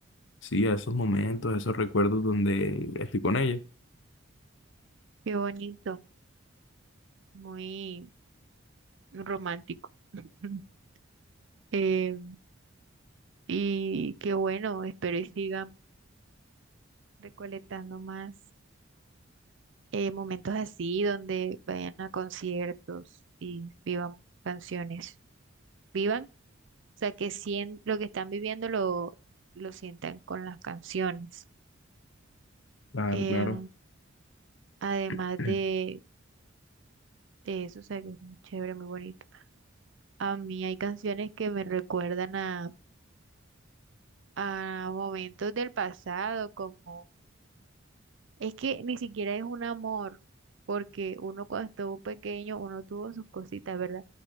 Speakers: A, on the left; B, on the right.
A: sí, a esos momentos, a esos recuerdos donde estoy con ella.
B: Qué bonito, muy romántico. <laughs> Eh, y qué bueno, espero y sigan recolectando más eh, momentos así donde vayan a conciertos y vivan canciones. Vivan O sea, que sien- lo que están viviendo lo, lo sientan con las canciones.
A: Claro,
B: Eh,
A: claro.
B: además
A: <clears throat>
B: de, de eso, o sea, que es muy chévere, muy bonito. A mí hay canciones que me recuerdan a, a momentos del pasado, como Es que ni siquiera es un amor, porque uno cuando estuvo pequeño, uno tuvo sus cositas, ¿verdad?